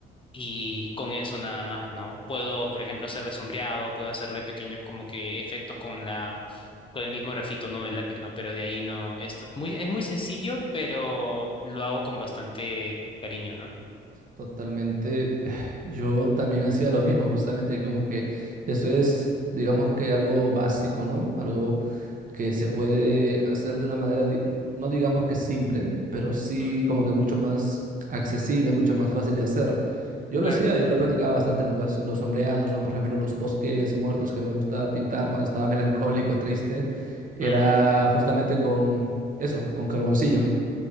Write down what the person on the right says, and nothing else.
Totalmente. <sighs> Yo también hacía lo mismo, justamente, como que eso es, digamos que algo básico, ¿no? Algo que se puede hacer de una manera, di- no digamos que simple, pero sí
como que mucho más accesible, mucho más fácil de hacer. Yo lo
hacía, yo lo practicaba bastante, lo que es los sombreados, ¿no? Por ejemplo, los bosques muertos que me gustaba pintar cuando estaba melancólico, triste, era
justamente con eso, con carboncillo.